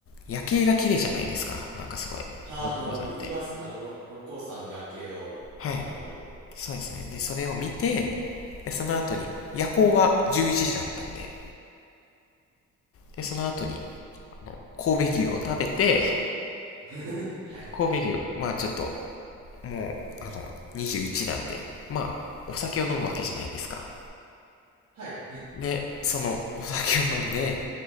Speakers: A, on the left (about 50°); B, on the right (about 75°).
A: 夜景が綺麗じゃないですか。なんかすごい。
B: あの、
A: 六甲山って。
B: いいますね。あの、ろ六甲山の夜景を。
A: はい。
B: なるほど。
A: そうですね。で、それを見て、で、その後に、夜行が11時だったんで、で、その後に、あの、神戸牛を食べて、
B: <laughs> はい。
A: 神戸牛、まあちょっと、もう、あの、21なんで、まあお酒を飲むわけじゃないですか。
B: はい。
A: で、そのお酒を飲んで、